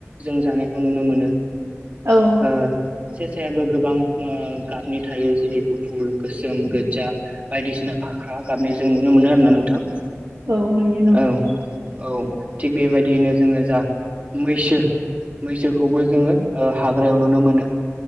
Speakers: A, on the right; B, on the right.
A: जों जानायखौ नुनो मोनो।
B: औ
A: ओ सेसायाबो गोबां ओ गाबनि थायो जेरै गुफुर, गोसोम, गोजा बायदिसिना फाख्रा गाबनि जों नुनो मोनो आरोना नोंथां
B: औ नुयो नंगौ
A: औ औ थिग बेबायदियैनो जोङो जा मैसो मैसोखौबो जोङो ओ हाग्रायाव नुनो मोनो